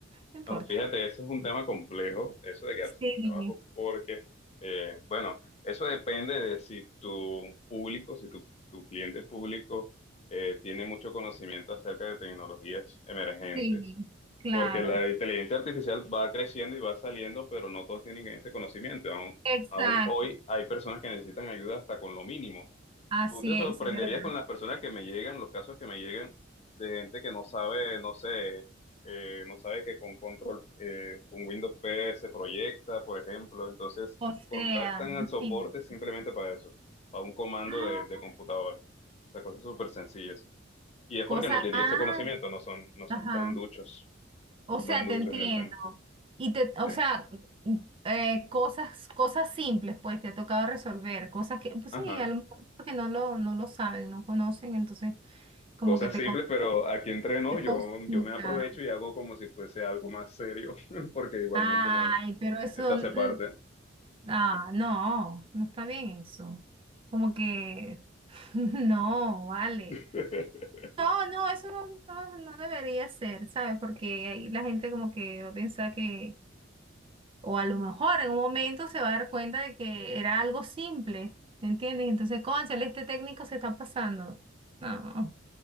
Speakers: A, on the right (about 30°); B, on the left (about 35°).
A: no importa.
B: Bueno, fíjate, ese es un tema complejo, eso de quedarse
A: Sí,
B: sin trabajo, porque, eh, bueno, eso depende de si tu público, si tu, tu cliente público eh, tiene mucho conocimiento acerca de tecnologías emergentes,
A: sí, claro.
B: porque la inteligencia artificial va creciendo y va saliendo, pero no todos tienen ese conocimiento. Aún,
A: Exacto.
B: aún hoy hay personas que necesitan ayuda hasta con lo mínimo.
A: Así
B: Tú te sorprenderías
A: es, es verdad.
B: con las personas que me llegan, los casos que me llegan de gente que no sabe, no sé, eh, no sabe que con control, eh, con Windows P se proyecta, por ejemplo. Entonces
A: O
B: contactan
A: sea, imagina.
B: al soporte simplemente para eso, para un comando
A: Ah,
B: de, de computadora. O sea, cosas súper sencillas. Y es
A: cosa,
B: porque no tienen
A: ah,
B: ese conocimiento, no son, no son
A: ajá.
B: tan duchos,
A: O
B: no son
A: sea,
B: tan duchos
A: te entiendo.
B: en el tema.
A: Y te, o
B: Sí.
A: sea, eh, cosas, cosas simples, pues, te ha tocado resolver, cosas que, pues
B: Ajá.
A: sí, a lo mejor es porque no lo, no lo saben, no conocen, entonces como
B: Cosas
A: que te,
B: simples,
A: con-
B: pero aquí entreno,
A: te
B: yo,
A: consultan.
B: yo me aprovecho y hago como si fuese algo más serio, <laughs> porque igualmente
A: Ay,
B: me,
A: pero eso,
B: eso hace
A: mm,
B: parte.
A: ah, no, no está bien eso. Como que, <laughs> no, vale.
B: <laughs>
A: No, no, eso no, no, no debería ser, ¿sabes? Porque ahí la gente como que va a pensar que, o a lo mejor en un momento se va a dar cuenta de que era algo simple, ¿me entiendes? Entonces, cónchale, este técnico se está pasando. No,